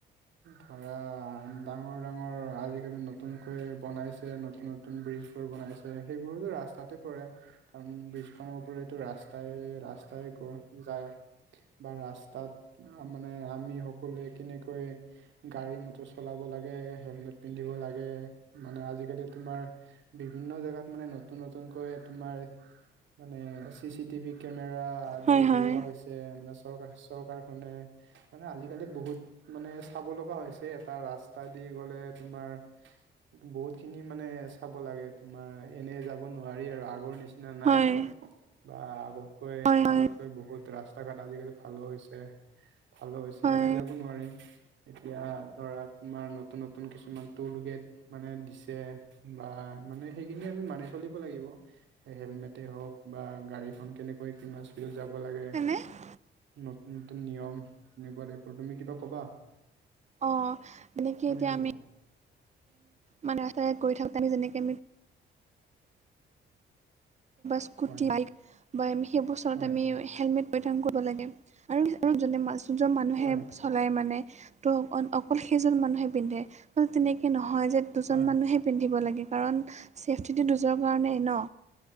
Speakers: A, on the right; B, on the right.
A: ধৰা ডাঙৰ, ডাঙৰ আজিকালি নতুনকৈ বনাইছে নতুন নতুন ব্ৰীজবোৰ বনাইছে। সেইবোৰো ৰাস্তাতে পৰে, কাৰণ ব্ৰিজখনৰ ওপৰেটো ৰাচ ৰাস্তাই গৈ যায়। বা ৰাস্তাত মানে আমি সকলোৱে কেনেকৈ গাড়ী মটৰ চলাব লাগে, হেলমেট পিন্ধিব লাগে, মানে আজিকালি তোমাৰ বিভিন্ন জেগাত মানে নতুন নতুনকৈ তোমাৰ মানে চি চি টিভি কেমেৰা আদি
B: হয় হয়
A: লগোৱা হৈছে মানে চৰকাৰ চৰকাৰখনে। মানে আজিকালি বহুত মানে চাব লগা হৈছে, এটা ৰাস্তা দি গ'লে তোমাৰ বহুত খিনি মানে চাব লাগে তোমাৰ, এনে যাব নোৱাৰি আৰু আগৰ নিচিনা না নাই
B: হয়
A: আৰু বা আগতকৈ
B: হয় হয়
A: আগতকৈ বহুত ৰাস্তা ঘাট আজিকালি ভালো হৈছে, ভালো হৈছে
B: হয়
A: এনে যাব নোৱাৰি। এতিয়া ধৰা তোমাৰ নতুন নতুন কিছুমান টোলগেত মানে দিছে বা মানে সেইখিনি আমি মানি চলিব লাগিব। সে হেলমেটে হওঁক বা গাড়ীখন কেনেকৈ কিমান যাব লাগে,
B: হেল্ল'
A: নতুন নতুন নিয়ম এনেকুৱা আৰু তুমি কিবা কবা?
B: অ যেনেকে
A: শুনি
B: এতিয়া
A: আছো।
B: আমি মানে ৰাস্তাৰে গৈ থাকোতে আমি যেনেকে আমি স্কুটি,
A: হয়
B: বাইক বা আমি সেইবোৰ চলাওঁতে
A: হয়
B: আমি হেলমেট পৰিধান কৰিব লাগে। আৰু আৰু যোনে যোনজন মানুহে
A: হয়
B: চলাই মানে ত' অ অকল সেইজন মানুহে পিন্ধে, তেনেকে নহয় যে দুজন
A: হয়
B: মানুহে পিন্ধিব লাগে, কাৰণ চেফটিটো দুজৰ কাৰণেই ন।